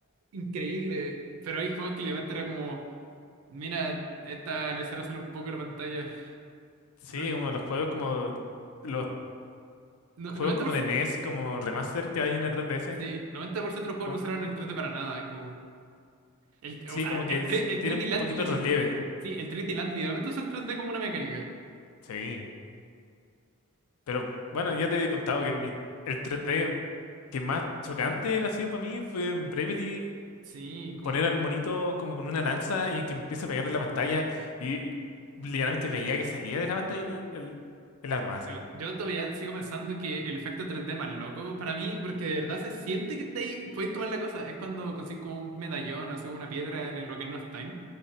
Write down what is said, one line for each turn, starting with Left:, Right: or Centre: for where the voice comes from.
Right: increíble, pero hay juegos que literalmente era como: mira, esta lesera sale un poco de la pantalla.
Left: Sí,
Right: LOL.
Left: como los juegos como. Los
Right: No-
Left: juegos
Right: noventa
Left: como
Right: por ciento,
Left: de NES, como remaster que hay en la 3DS.
Right: sí, 90% de los juegos
Left: Como-
Right: no usaron el 3D para nada, es como. El,
Left: sí,
Right: o sea,
Left: como que
Right: el,
Left: s-
Right: tre- el
Left: tiene
Right: 3D
Left: un
Right: Land,
Left: poquito
Right: lid-
Left: de relieve.
Right: sí, el 3D Land literalmente usa el 3D como una mecánica.
Left: Sí. Pero bueno, ya te he contado que mi, el tres d que más chocante ha sido para mí fue en Bravely
Right: Sí, como-
Left: poner al monito como con una lanza y que empieza a pegarle en la pantalla y literalmente veía que salía de la pantalla el, el, el arma así.
Right: eh, yo todavía sigo pensando que el efecto tres d más loco para mí, porque de verdad se siente que estáis, podéis tomar la cosa. Es cuando consigues como un medallón o así, una piedra en el Ocarina of Time